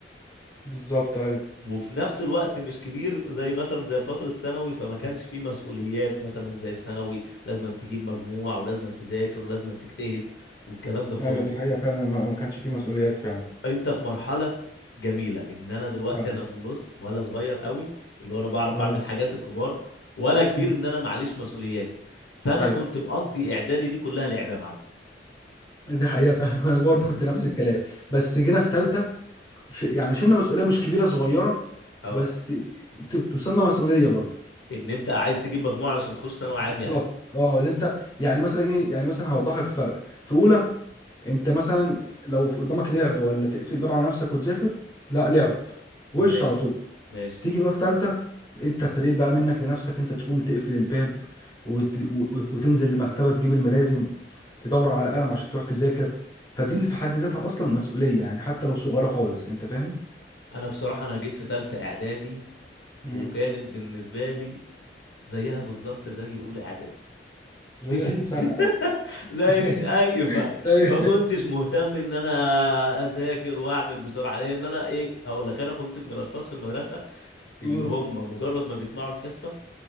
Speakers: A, on the left; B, on the left.
A: بالظبط ايوه
B: وفي نفس الوقت مش كبير زي مثلا زي فترة ثانوي فما كانش فيه مسؤوليات مثلا زي في ثانوي لازم أن تجيب مجموع ولازم أن تذاكر ولازم أن تجتهد والكلام ده كله
A: ايوه دي حقيقة فعلا ما ما كانش فيه مسؤوليات فعلا
B: انت في مرحله جميله ان انا دلوقتي
A: ايوه
B: انا في النص ولا صغير قوي اللي هو انا بعرف
A: ولا
B: اعمل حاجات الكبار ولا كبير
A: مم.
B: ان انا معليش مسؤوليات فانا
A: ايوه
B: كنت مقضي اعدادي دي كلها لعب يا معلم
A: دي حقيقة فعلا <laughs> انا برضه كنت
B: <laughs>
A: نفس الكلام بس جينا في تالتة ش... يعني شلنا مسؤولية مش كبيرة صغيرة
B: اه
A: بس ت... تسمى مسؤولية برضه
B: ان انت عايز تجيب مجموعه علشان تخش ثانوي
A: بالظبط
B: عام يعني
A: اه اللي انت يعني مثلا ايه يعني مثلا هوضح لك الفرق في اولى انت مثلا لو في قدامك لعب ولا تقفل الباب على نفسك وتذاكر لا لعب وش
B: اه ماشي
A: على طول
B: ماشي
A: تيجي بقى في تالتة انت ابتديت بقى منك لنفسك انت تقوم تقفل الباب وت... و... وتنزل المكتبة تجيب الملازم تدور على قلم عشان تروح تذاكر فدي اللي في حد ذاتها اصلا مسؤولية يعني حتى لو صغيرة خالص انت فاهم
B: انا بصراحه انا جيت في ثالثه اعدادي
A: مم.
B: وكانت بالنسبه لي زيها بالظبط زي اولى اعدادي
A: زي
B: مفيش
A: اي سنه
B: <laughs>
A: ايوه
B: زي
A: <laughs>
B: مفيش اي فرق
A: ايوه
B: ما كنتش مهتم ان انا اذاكر واعمل بصراحه لان انا ايه هقول لك انا كنت من الاشخاص في المدرسه
A: مم.
B: اللي هم مجرد ما بيسمعوا الحصه